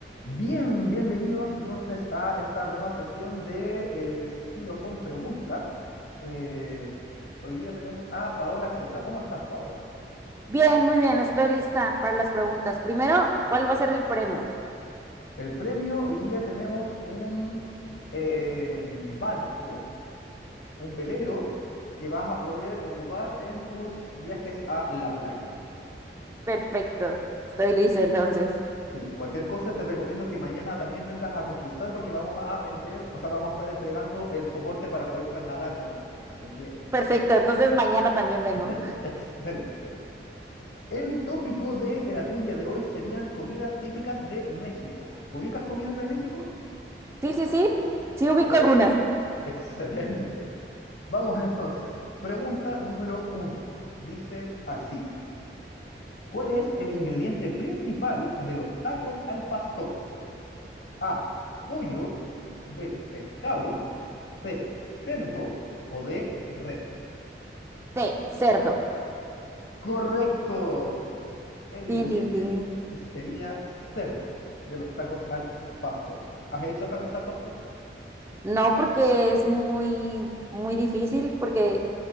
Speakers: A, on the left; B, on the right.
A: Bien, bienvenidos entonces a esta nueva sección de eh, Xilofón Pregunta. Eh, hoy día tenemos a Paola Ceja. ¿Cómo estás, Paola?
B: Bien, muy bien, estoy lista para las preguntas. Primero, ¿cuál va a ser el premio?
A: El premio, hoy día tenemos un eh, barco, un velero que vas a poder ocupar en tus viajes a la playa.
B: Perfecto, estoy lista entonces.
A: Sí, cualquier cosa te recomiendo que mañana también vengas a concursar porque vamos a vender, o sea, vamos a estar entregando el soporte para poder trasladar el barco. Así que,
B: Perfecto, entonces mañana también vengo.
A: <laughs> excelente. El tópico de eh, la trivia de hoy serían comidas típicas de México. ¿Ubicas comidas de México? <laughs>
B: Sí, sí, sí, sí ubico
A: Eh,
B: algunas.
A: excelente. Vamos entonces. Pregunta número uno. Dice así. ¿Cuál es el ingrediente principal de los tacos al pastor? A. Pollo. B. Pescado. C. Cerdo. O D. Res.
B: Sí, cerdo.
A: Correcto. El
B: Tin,
A: ingrediente
B: tin, tin.
A: sería cerdo de los tacos al pastor. ¿Has hecho tacos al pastor?
B: No porque es muy, muy difícil, porque